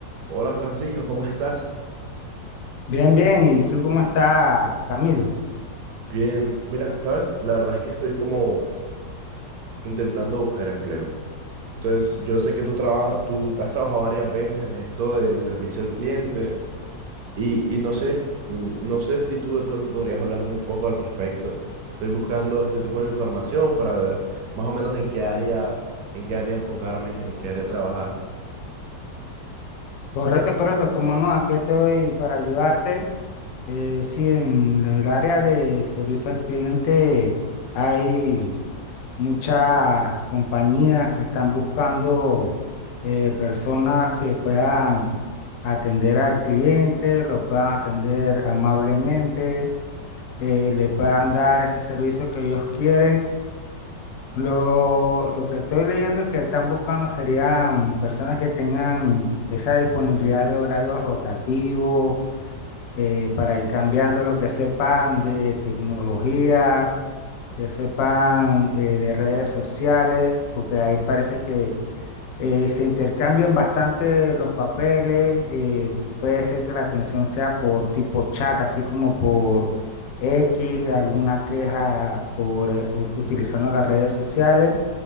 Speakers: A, on the right; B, on the left.
A: Hola Francisco, ¿cómo estás?
B: Bien, bien. ¿Y tú cómo estás, Camilo?
A: Bien, mira, sabes, la verdad es que estoy como intentando buscar empleo. Entonces, yo sé que tú trabajas, tú has trabajado varias veces en esto del servicio al cliente y, y no sé, mm, no sé si tú de pronto podrías hablarme un poco al respecto. Estoy buscando este tipo de información para ver más o menos en qué área, en qué área enfocarme, en qué área trabajar.
B: Correcto, correcto. Como no, aquí estoy para ayudarte. Eh, sí, en el área de servicio al cliente hay muchas compañías que están buscando eh, personas que puedan atender al cliente, lo puedan atender amablemente, eh, le puedan dar ese servicio que ellos quieren. Lo, lo que estoy leyendo que están buscando serían personas que tengan esa disponibilidad de horarios rotativos eh, para ir cambiando lo que sepan de tecnología, que sepan eh, de redes sociales, porque ahí parece que eh, se intercambian bastante los papeles. eh, puede ser que la atención sea por tipo chat, así como por X, alguna queja por eh, ut- utilizando las redes sociales.